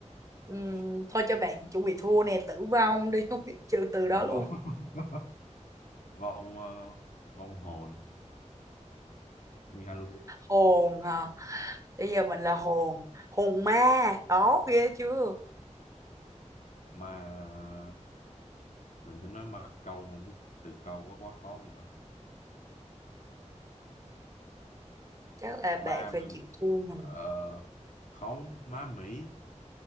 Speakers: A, on the right; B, on the left.
A: Ừm,
B: Ờ,
A: thôi cho bạn chuẩn bị thua nè tử vong đi <laughs> không biết trừ từ đó luôn
B: vòng <laughs> vòng ờ, vòng hồn như Halloween
A: hồn hả bây giờ mình là hồn hồn ma đó ghê chưa
B: mà mình tính nói ma câu không biết từ câu có quá khó không ta
A: chắc là
B: ma
A: bạn phải
B: ma-
A: chịu thua mình
B: ờ, không ma Mỹ